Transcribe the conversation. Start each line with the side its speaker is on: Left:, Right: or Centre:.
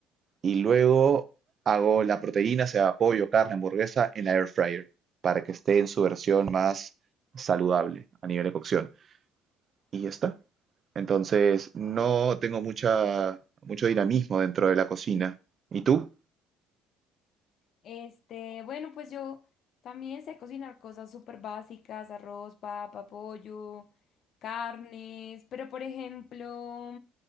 Right: y luego hago la proteína, sea pollo, carne, hamburguesa, en la air fryer para que esté en su versión más saludable a nivel de cocción. Y ya está. Entonces, no tengo mucha, mucho dinamismo dentro de la cocina. ¿Y tú?
Left: Este, bueno, pues yo también sé cocinar cosas súper básicas, arroz, papa, pollo, carnes, pero por ejemplo,